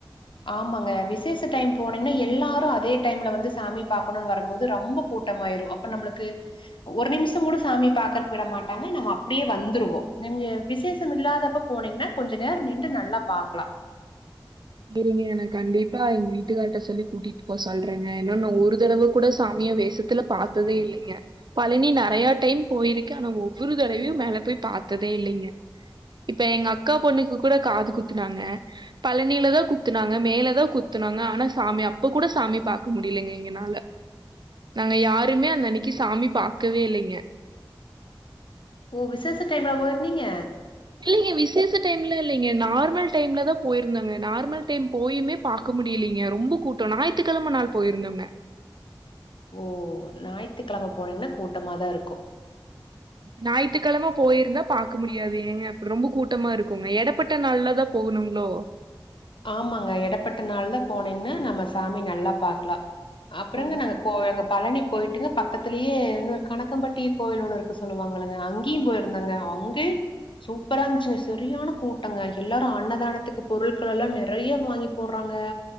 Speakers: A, on the left; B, on the right.
A: ஆமாங்க விசேஷ டைம் போனீங்கன்னா எல்லாரு அதே டைம்ல வந்து சாமி பாக்கணுனு வரபோது ரொம்ப கூட்டமாயிரு அப் ப நம்மளுக்கு ஒரு நிமிஷ கூட சாமிய பாக்கறக்கு விட மாட்டாங்க நம்ம அப்டியே வந்துருவோ நிம்மியக் விசேஷம் இல்லாதப்ப போனீங்கன்னா கொஞ்ச நேர நின்டு நல்லா பாக்லா
B: செரிங்க நா கண்டிப்பா எங்க வீட்டுக்கார்ட்ட சொல்லி கூட்டிட்டு போ சொல்றேங்க இன்ன நா ஒரு தடவ கூட சாமிய வேசத் தில பாத்ததே இல்லேங்க பழனி நெறைய டைம் போயிருக்கே ஆனா ஒவ்வொரு தடவயு மேல போய் பாத்ததே இல்லைங்க இப்ப எங்க அக்கா பொண்ணுக்கு கூட காது குத்துனாங்க பழ னிலதா குத்துனாங்க மேலதா குத்துனாங்க ஆனா சாமி அப்ப கூட சாமி பாக்க முடியலங்க எங்களால நாங்க யாருமே அந்த அன்னைக்கி சாமி பாக்கவே இல்லேங்க
A: ஓ விசேஷ டைம்லயா போயிருந்தீங்க
B: இல்லயே விசேஷ டைம்ல்ல இல்லைங்க நார்மல் டைம்ல தா போயிருந்தேங்க நார்மல் டைம் போயுமே பாக்க முடியலீங்க ரொம்ப கூட்டோ ஞாயிற்றுக்கெழம நாள் போயிருந்தோங்க
A: ஓ ஞாயித்துக்கெழம போனீங்கன்னா கூட்டமாதா இருக்கு
B: ஞாயித்துக்கெழம போயிருந்தா பாக்க முடியாது ஏங்க அப்பறோ ரொம்ப கூட்டமா இருக்குங்க எட ப்பட்ட நாள்லதா போகணுங்ளோ
A: ஆமாங்க எடப்பட்ட நாள்ல போனைங்னா நம்ம சாமி நல்லா பாக்லா அப்றங்க
B: சரி.
A: நாங்க கோ எங்க பழனி போயிட்டுங்க பக்கத்திலயே இன்னொரு கணக்கம்பட்டி கோயில் ஒண்ணு இருக்குன்னு சொல்லுவாங்கில்லங்க அங்கயு போயிருதோங்க அங்கயு சூப்பரா இருன்ச்சுங்க சரியான கூட்டங்க எல்லாரு அன்னதானத்துக்கு பொருள் எல்லா நெறைய வாங்கி போட்றாங்க